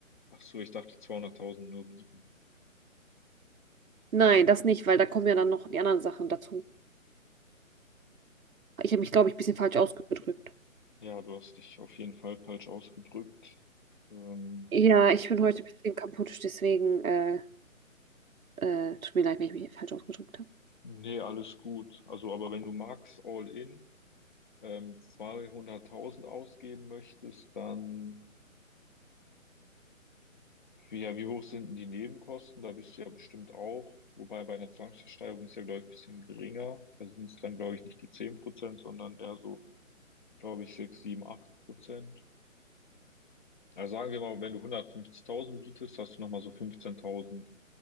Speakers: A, on the left (about 35°); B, on the right (about 80°).
A: Ach so, ich dachte 200.000 nur bieten.
B: Nein, das nicht, weil da kommen ja dann noch die anderen Sachen dazu. Ich habe mich, glaube ich, ein bisschen falsch ausgedrückt.
A: Ja, du hast dich auf jeden Fall falsch ausgedrückt. Ähm,
B: Ja, ich bin heute ein bisschen kaputt, deswegen äh, äh, tut mir leid, wenn ich mich falsch ausgedrückt habe.
A: nee, alles gut. Also, aber wenn du magst, all in, ähm, 200.000 ausgeben möchtest, dann Wie, ja, wie hoch sind denn die Nebenkosten? Da bist du ja bestimmt auch. Wobei bei einer Zwangsversteigerung ist ja, glaube ich, ein bisschen geringer. Da sind es dann, glaube ich, nicht die 10%, sondern eher so, glaube ich, sechs, sieben, acht Prozent. Also sagen wir mal, wenn du 150.000 bietest, hast du nochmal so 15.000